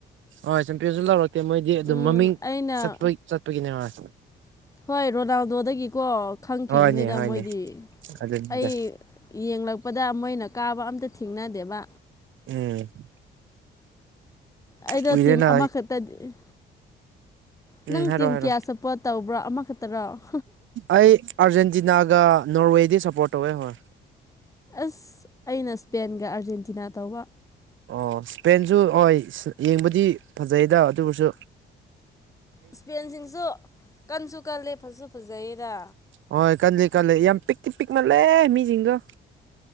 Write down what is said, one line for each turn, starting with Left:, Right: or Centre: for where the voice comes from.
Right: ꯍꯣꯏ ꯆꯦꯝꯄꯤꯌꯟꯁꯨ ꯂꯥꯎꯔꯛꯇꯦ ꯃꯣꯏꯗꯤ ꯑꯗꯨꯝ
Left: ꯎꯝ
Right: ꯃꯃꯤꯡ
Left: ꯑꯩꯅ
Right: ꯆꯠꯄ ꯆꯠꯄꯒꯤꯅꯦ ꯍꯣꯏ
Left: ꯍꯣꯏ ꯔꯣꯅꯜꯗꯣꯗꯒꯤꯀꯣ ꯈꯪꯈꯤꯕꯅꯤꯗ
Right: ꯍꯣꯏꯅꯦ ꯍꯣꯏꯅꯦ
Left: ꯃꯣꯏꯗꯤ
Right: ꯑꯗꯨꯅꯤꯗ
Left: ꯑꯩ ꯌꯦꯡꯂꯛꯄꯗ ꯃꯣꯏꯅ ꯀꯥꯕ ꯑꯝꯇ ꯊꯦꯡꯅꯗꯦꯕ
Right: ꯎꯝ
Left: ꯑꯩꯗꯣ
Right: ꯀꯨꯏꯔꯦꯅ
Left: ꯇꯤꯝ ꯑꯃꯈꯛꯇꯗꯤ ꯅꯪ
Right: ꯎꯝ ꯍꯥꯏꯔꯣ
Left: ꯇꯤꯝ
Right: ꯍꯥꯏꯔꯣ
Left: ꯀꯌꯥ ꯁꯞꯄꯣꯔꯠ ꯇꯧꯕ꯭ꯔ ꯑꯃꯈꯛꯇꯔꯣ
Right: ꯑꯩ ꯑꯥꯔꯖꯦꯟꯇꯤꯅꯒ ꯅꯣꯔꯋꯦꯗꯤ ꯁꯞꯄꯣꯔꯠ ꯇꯧꯋꯦ ꯍꯣꯏ
Left: ꯑꯁ ꯑꯩꯅ ꯏꯁꯄꯦꯟꯒ ꯑꯥꯔꯖꯦꯟꯇꯤꯅ ꯇꯧꯕ
Right: ꯑꯣ ꯏꯁꯄꯦꯟꯖꯨ ꯍꯣꯏ ꯌꯦꯡꯕꯗꯤ ꯐꯖꯩꯗ ꯑꯗꯨꯕꯨꯁꯨ
Left: ꯏꯁꯄꯦꯟꯁꯤꯡꯁꯨ ꯀꯟꯁꯨ ꯀꯜꯂꯦ ꯐꯁꯨ ꯐꯖꯩꯌꯦꯗ
Right: ꯍꯣꯏ ꯀꯜꯂꯤ ꯀꯜꯂꯤ ꯌꯥꯝ ꯄꯤꯛꯇꯤ ꯄꯤꯛ ꯃꯥꯜꯂꯦ ꯃꯤꯁꯤꯡꯗꯣ